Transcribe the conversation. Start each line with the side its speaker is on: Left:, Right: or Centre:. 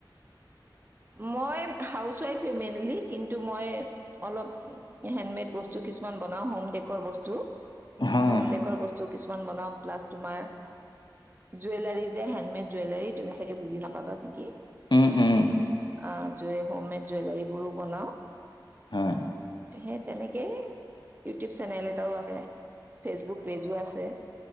Right: মই হাউচ ৱাইফে মেইনলি কিন্তু মই- অলপ হেণ্ডমেড বস্তু কিছুমান বনাও, হোম ডেকৰ বস্তু।
Left: হয়
Right: হোম ডেকৰ বস্তু কিছুমান বনাও, প্লাছ তোমাৰ- জুৱেলাৰী যে হেণ্ডমেড জুৱেলাৰী তুমি চাগে বুজি নাপাবা নেকি।
Left: উম উম।
Right: অঁ, হোম মেড জুৱেলাৰী বোৰো বনাও।
Left: হয়
Right: সেই তেনেকেই ইউটিউব চেনেল এটাও আছে। ফেচবুক পেজো আছে।